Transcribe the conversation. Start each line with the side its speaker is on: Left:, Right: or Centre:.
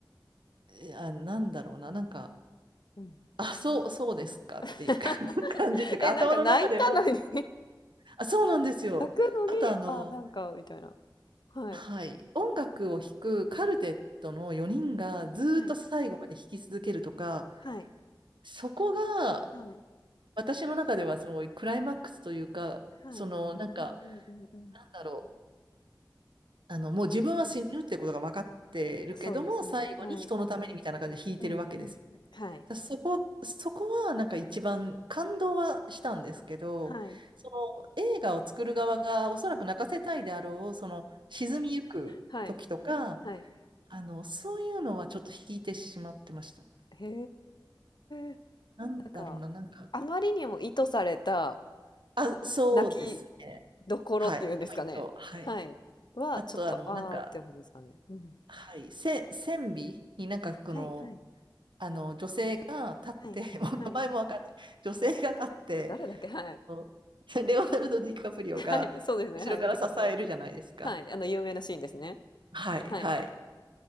Right: えあ、なんだろうな、なんか、
Left: うん。
Right: あ、そう、そうですかっていうか
Left: <laughs>
Right: <laughs> 感じっていうか、
Left: え、
Right: 頭の中では、
Left: なんか泣いたのに <laughs>
Right: あ、そうなんですよ。
Left: 泣くのに、
Right: あと、あの、
Left: あ、なんかみたいな。はい。
Right: はい、音楽を弾くカルテットの4人がずーっと最後まで弾き続けるとか、
Left: うん。はい、はい、
Right: そこが
Left: はい、
Right: 私の中ではそのクライマックスというか、
Left: はい。
Right: そのなんか、
Left: うんうんうんうん。
Right: なんだろう、あのもう自分は死ぬってことが分かっているけども、
Left: そうですね、
Right: 最後に人のためにみたいな感じで弾いてるわけですよね。
Left: はい。うんうん。
Right: だからそこ、
Left: はい、
Right: そこはなんか一番感動はしたんですけど、
Left: はい、
Right: その映画を作る側がおそらく泣かせたいであろう、
Left: はい、
Right: その沈みゆく時とか、
Left: はい、はい。
Right: あの、そういうのはちょっと引いてしまってました。
Left: へえ。
Right: なんだろうな、
Left: なんか、
Right: なんか、
Left: あまりにも意図された
Right: あ、そうですね。
Left: 泣きどころっていうんですかね。
Right: はい、ポイント。はい。
Left: はい。は、
Right: あと、
Left: ちょっと、
Right: あの、
Left: ああって思うんですかね。
Right: なんか、
Left: うん。
Right: はい、せ、線尾になんか、この、
Left: はいはい
Right: あの、女性が立って、
Left: はい。
Right: <laughs> もう名前もわかんない。
Left: はい。
Right: 女性が立って、
Left: え、誰だっけ？はい。
Right: <laughs> こうレオナルド・ディカプリオが後ろから支えるじゃないですか。
Left: はい、そうですね、はい、ディカプリオ。はい、あの、有名なシーンですね。
Right: はい、
Left: はい。
Right: はい。